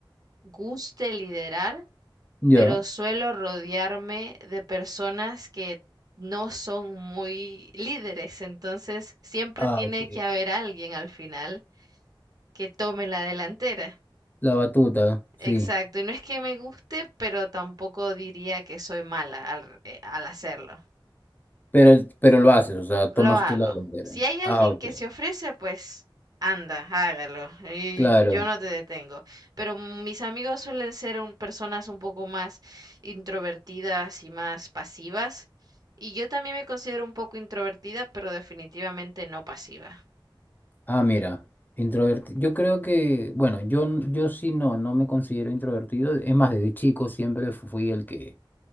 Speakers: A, on the right (about 45°); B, on the left (about 20°).
A: guste liderar,
B: Ya.
A: pero suelo rodearme de personas que no son muy líderes, entonces siempre
B: Ah,
A: tiene
B: ok.
A: que haber alguien al final que tome la delantera.
B: La batuta, sí.
A: Exacto, y no es que me guste, pero tampoco diría que soy mala al, eh, al hacerlo.
B: Pero, pero lo haces, o sea,
A: Lo
B: tomas
A: hago.
B: tú la delantera.
A: Si hay alguien
B: Ah, ok.
A: que se ofrece, pues anda, hágalo. Y
B: Claro.
A: yo no te detengo. Pero mis amigos suelen ser un- personas un poco más introvertidas y más pasivas. Y yo también me considero un poco introvertida, pero definitivamente no pasiva.
B: Ah, mira, introvertido. Yo creo que, bueno, yo, n- yo sí no, no me considero introvertido. Es más, desde chico siempre fu- fui el que